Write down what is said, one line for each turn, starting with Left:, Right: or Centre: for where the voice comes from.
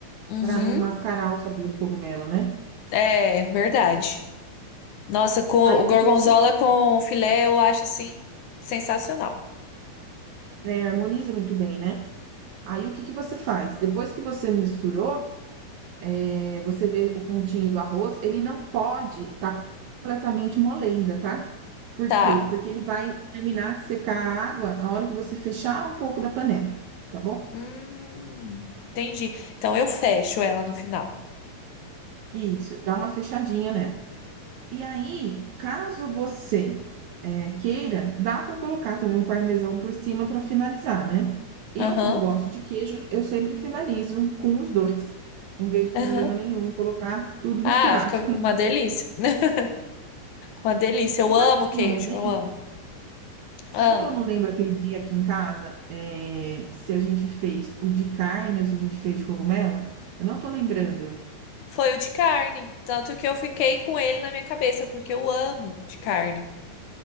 Left: Uhum.
Right: para não mascarar o sabor do cogumelo, né?
Left: É, verdade. Nossa, com o
Right: Aí o
Left: gorgonzola
Right: que que você,
Left: com filé eu acho assim sensacional.
Right: né, harmoniza muito bem, né? Aí o que que você faz? Depois que você misturou, é, você vê o pontinho do arroz, ele não pode estar completamente molenga, tá? Por
Left: Tá.
Right: quê? Porque ele vai terminar de secar a água a hora que você fechar um pouco da panela, tá bom?
Left: Hum, entendi. Então eu fecho ela no final.
Right: Isso, dá uma fechadinha nela. E aí, caso você é, queira, dá para colocar também o parmesão por cima para finalizar, né? Eu,
Left: Aham,
Right: como gosto de queijo, eu sempre finalizo com os dois. Não vejo
Left: aham.
Right: problema nenhum em colocar tudo
Left: Ah,
Right: misturado.
Left: fica uma delícia. <laughs> Uma delícia.
Right: <laughs> Você
Left: Eu amo
Right: sabe que
Left: queijo,
Right: eu não lembro?
Left: eu amo.
Right: Sabe
Left: Ah,
Right: que eu não lembro aquele dia aqui em casa, é, se a gente fez o de carne ou se a gente fez de cogumelo? Eu não tô lembrando.
Left: foi o de carne. Tanto que eu fiquei com ele na minha cabeça, porque eu amo de carne.